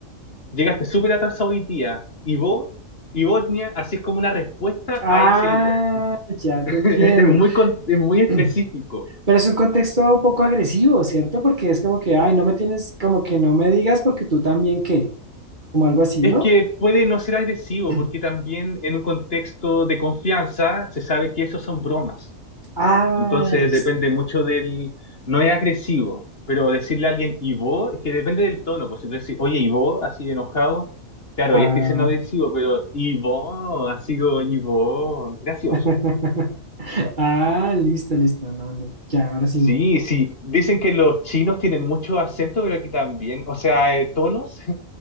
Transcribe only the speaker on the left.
llegaste súper atrasado hoy día, y vos, y Bosnia, así es como una respuesta
a ese y <laughs>
Es muy, con- es muy específico.
Es
que puede no ser agresivo,
porque también en un contexto de confianza se sabe que esos son bromas.
Entonces
depende mucho del... No es agresivo, pero decirle a alguien ¿y vos? Es que depende del tono. Pues si tú decís, oye, ¿y vos? Así de enojado. Claro,
ya estoy siendo agresivo, pero ¿y vos? Así como, ¿y vos? Gracioso.
Sí, sí. Dicen que los chinos tienen mucho acento, pero aquí también. O sea, eh, tonos <laughs>